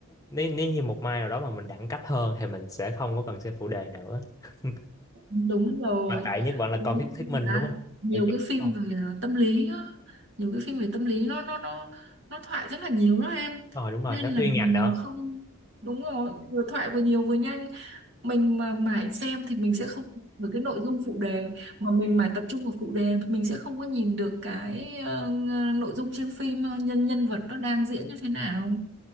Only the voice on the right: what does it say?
đúng rồi
Đúng
là
nhiều
cái phim
về tâm lý á nhiều cái phim về tâm lý nó nó nó nó thoại rất là nhiều đó em
nên
là
mình
mà không đúng rồi vừa thoại vừa nhiều vừa nhanh mình mà mãi xem thì mình sẽ không với cái nội dung phụ đề mà mình mãi tập trung vào phụ đề thì mình sẽ không có nhìn được cái ờ, nội dung trên phim ờ, nhân nhân vật nó đang diễn như thế nào